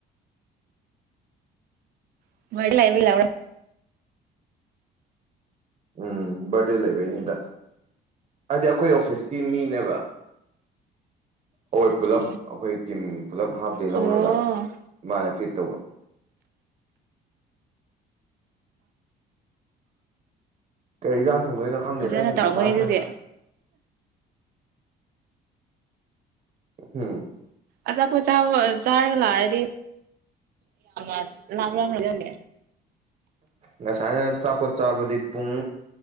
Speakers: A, on the right; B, on the right.
A: <unintelligible>
B: ꯎꯝ ꯕꯥꯔꯗꯦ ꯂꯩꯕꯩꯅꯤꯗ ꯍꯥꯏꯗꯤ ꯑꯩꯈꯣꯏ ꯑꯣꯐꯤꯁꯀꯤ ꯃꯤꯅꯦꯕ ꯑꯈꯣꯏ ꯄꯨꯜꯂꯞ
A: ꯑꯣ
B: ꯑꯈꯣꯏ ꯇꯤꯝ ꯄꯨꯂꯞ ꯍꯥꯐ ꯗꯦ ꯂꯧꯔꯒ
A: ꯑꯣ
B: ꯃꯥꯅ ꯇ꯭ꯔꯤꯠ ꯇꯧꯕ ꯀꯩ ꯏꯟꯖꯥꯡ ꯊꯣꯡꯗꯣꯏꯅꯣ ꯈꯪꯗꯦꯗ
A: ꯐꯖꯅ
B: ꯑꯩ
A: ꯇꯧꯔꯝꯒꯅꯤ
B: ꯃꯊꯥ
A: ꯑꯗꯨꯗꯤ
B: ꯁꯥꯏ ꯍꯨꯝ
A: ꯑꯆꯥꯄꯣꯠ ꯆꯥꯕ ꯆꯥꯔꯒ ꯂꯥꯛꯑꯗꯤ ꯌꯥꯝꯅ <unintelligible>
B: ꯉꯁꯥꯏꯅ ꯑꯆꯥꯄꯣꯠ ꯆꯥꯕꯗꯤ ꯄꯨꯡ